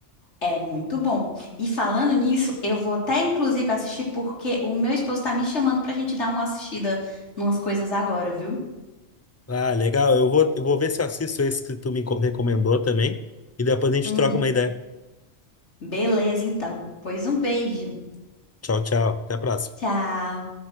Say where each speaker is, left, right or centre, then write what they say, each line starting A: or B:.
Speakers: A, on the left (about 70°); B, on the left (about 15°).
A: É muito bom. E falando nisso, eu vou até inclusive assistir porque o meu esposo tá me chamando pra gente dar uma assistida numas coisas agora, viu?
B: Ah, legal. Eu vou, eu vou ver se eu assisto esse que tu me co- recomendou também. E depois a gente
A: Uhum.
B: troca uma ideia.
A: Beleza, então. Pois um beijo.
B: Tchau, tchau. Até a próxima.
A: Tchau.